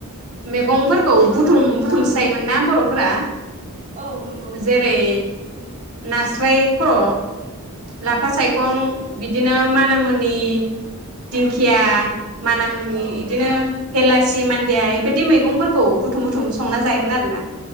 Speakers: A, on the right; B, on the right.
A: मेगंफोरखौ
B: औ
A: बुुम बुथुमसो जायोमोनना बर'फोरा
B: औ नंगौ
A: जेरै नास्राय खर' लाफा
B: नंगौ
A: सायखं बिद दिनो मानामुनि, दिंखिया मानामुनि
B: औ
A: इदिनो हेलासि, मान्दिया इबायदि मैगंफोरखौ बुथुम बुथुम संना जायोमोन आरोना